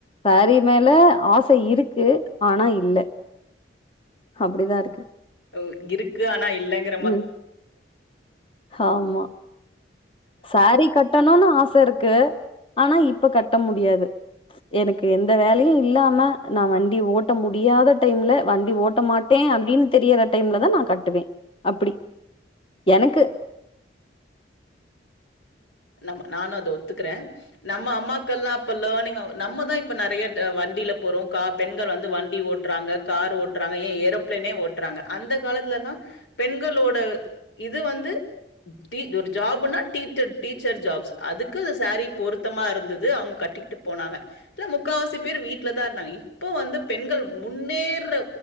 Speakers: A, on the left; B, on the left.
A: சாரி மேல ஆச இருக்கு ஆனா இல்ல அப்டிதா இருக்கு
B: ஒ இருக்கு ஆனா இல்லங்க
A: ம் ஆமா சாரீ கட்டணுனு ஆச இருக்கு ஆனா இப்ப கட்ட முடியாது எனக்கு எந்த வேலயு இல்லாம நா வண்டி ஓட்ட முடியாத டைம்ல வண்டி ஓட்ட மாட் ட்டே அப்டின் தெரியிற டைம்ல தா நா கட்டுவே அப்டி எனக்கு
B: நம நானு அத ஒத்துக்ற நம்ம அம்மாக்கள்லா லர்னிங்கு நம்மதா இப்ப நெறைய வண்டில போறோ கா பெண்கள் வந்து வண்டி ஓட் ட்றாங்க கார்ரு ஓட்றாங்க ஏ ஏரோப்ளனே ஓட்றாங்க அந்த காலத்துலலா பெண்களோட இது வந்து டீ ஒரு ஜாப்னா டீதட் டீச்சர் ஜாப்ஸ் அதுக்கு அந்த சாரீ பொருத்தமா இருந்துது அவுங் கட்டிகிட்டு போனாங்க இல்ல முக்காவாசி பேரு வீட்லதா இருந்தாங்க இப்போ வந்து பெண்கள் முன்னேற